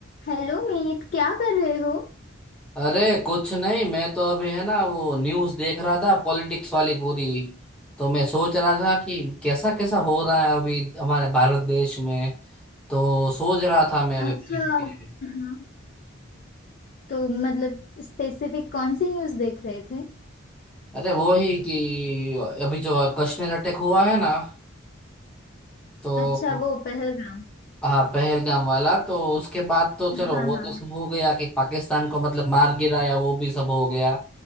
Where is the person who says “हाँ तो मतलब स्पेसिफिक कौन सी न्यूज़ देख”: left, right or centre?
Left